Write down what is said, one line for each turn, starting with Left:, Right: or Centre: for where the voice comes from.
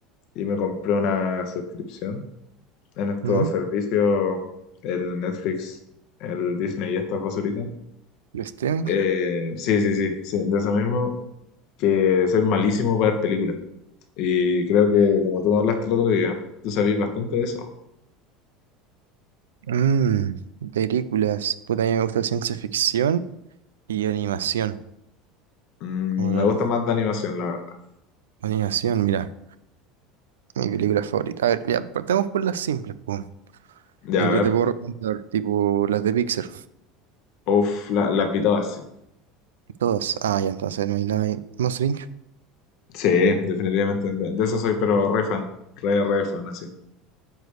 Left: y me compré una suscripción en estos
Right: ¿Mm?
Left: servicios, el Netflix, el Disney y estas basuritas.
Right: ¿El streaming?
Left: Eh, sí, sí, sí, sí, de eso mismo, que soy malísimo para ver películas. Y creo que como tú me hablaste el otro día, tú sabís bastante de eso.
Right: Mm, películas. Puta, a mí me gusta ciencia ficción y animación.
Left: Mm,
Right: ¿Cómo tal?
Left: me gusta más de animación, la verdad.
Right: Animación, mira. Mi película favorita. A ver, ya, partamos por las simples, pues.
Left: Ya,
Right: El
Left: a
Right: que
Left: ver.
Right: te puedo recomendar, tipo las de Pixar.
Left: Uf, la- las vi todas, sí.
Right: Todas. Ah, ya, entonces no hay nada ahí. Monster Inc.
Left: Sí, definitivamente. De, de eso soy, pero re fan. Re, re fan, así.